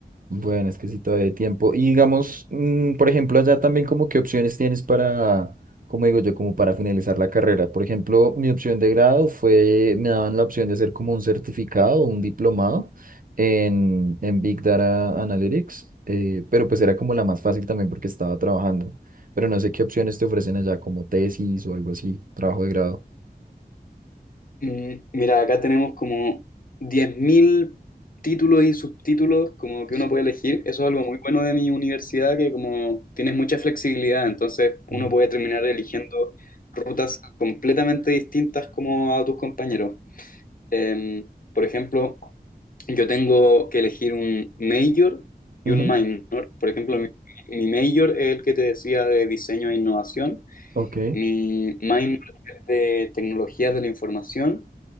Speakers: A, on the right; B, on the left.
A: Bueno, es que sí, todavía hay tiempo. Y digamos, mm, por ejemplo, allá también como qué opciones tienes para, como digo yo, como para finalizar la carrera. Por ejemplo, mi opción de grado fue, me daban la opción de hacer como un certificado, un diplomado en, en Big Data Analytics, eh, pero pues era como la más fácil también porque estaba trabajando. Pero no sé qué opciones te ofrecen allá, como tesis o algo así, trabajo de grado.
B: Mm, Mira, acá tenemos como 10.000 títulos y subtítulos como que
A: Sí.
B: uno puede elegir. Eso es algo muy bueno de mi universidad, que como tienes mucha flexibilidad, entonces uno
A: Mm,
B: puede terminar eligiendo rutas completamente distintas como a tus compañeros. Em, por ejemplo, yo tengo que elegir un major
A: Ujú,
B: y un minor. Por ejemplo, mi, mi major es el que te decía de diseño e innovación,
A: Ok,
B: mi minor es de tecnologías de la información